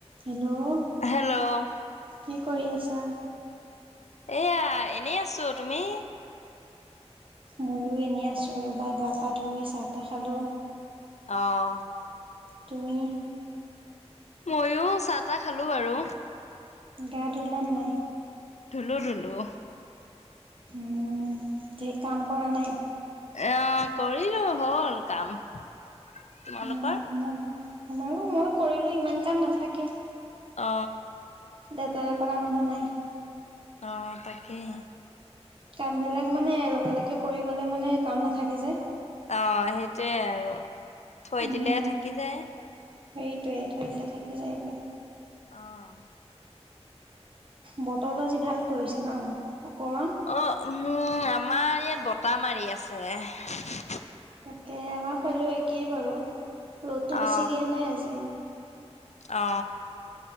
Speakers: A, on the right (about 50°); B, on the left (about 80°).
A: Hello
B: hello
A: কি কৰি আছা
B: এয়া এনেই আছো তুমি
A: ময়ো এনেই আছোঁ ৰ'বা গা পা ধুই চাহ তাহ খালোঁ
B: আহ
A: তুমি?
B: ময়ো চাহ তাহ খালো বাৰু
A: গা ধুলা নাই?
B: ধুলো ধুলো
A: উম ঢেৰ কাম কৰা নাই?
B: এ কৰিলো হ'ল কাম তোমালোকৰ?
A: উম, আমাৰো মই কৰিলো ইমান কাম নাথাকে
B: অ
A: লেতেৰা কৰা মানুহ নাই
B: অ তাকেই
A: কাম বিলাক মানে লগে লগে কৰি গলে মানে কাম নাথাকে যে
B: অ সেইটোৱে আৰু থৈ
A: উহু,
B: দিলে থাকি যায়
A: সেইটোৱে ধৰি থই দিলে থাকি যায়গে
B: আহ
A: বতৰটো আজি ভাল কৰিছে ন অকমান
B: অ উম আমাৰ ইয়াত বত মাৰি আছে
A: তাকে আমাৰ ফালেও একেই বাৰু ৰ'দতটো বেছি
B: অ
A: দিয়া নাই আজি
B: অ